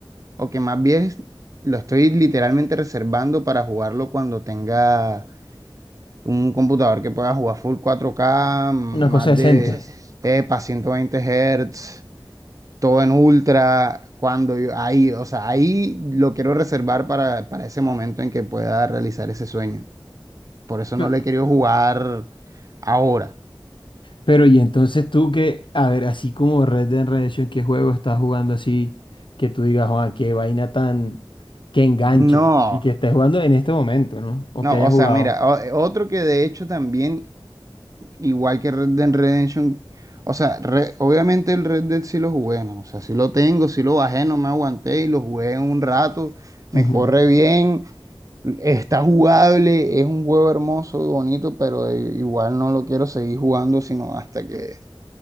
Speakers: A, on the right; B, on the left.
A: o que más bien lo estoy literalmente reservando para jugarlo cuando tenga un computador que pueda jugar full 4K, más
B: Una cosa
A: Una
B: decente.
A: cosa de así. epa, 120 Hz, todo en ultra, cuando yo- ahí, o sea, ahí lo quiero reservar para, para ese momento en que pueda realizar ese sueño. Por eso
B: Pe-
A: no lo he querido jugar ahora.
B: Pero, y entonces tú que, a ver, así como Red Dead Redemption, ¿qué juego estás jugando así que tú digas, Juan, qué vaina tan que enganche
A: No,
B: y que estés jugando en este momento, ¿no? O
A: no,
B: que hayas
A: o
B: jugado.
A: sea, mira, o- otro que de hecho también Igual que Red Dead Redemption. O sea, re- obviamente el Red Dead sí lo jugué, ¿no? O sea, sí lo tengo, sí lo bajé, no me aguanté y lo jugué un rato. Me
B: Ujú,
A: corre bien, está jugable, es un juego hermoso, y bonito, pero i- igual no lo quiero seguir jugando, sino hasta que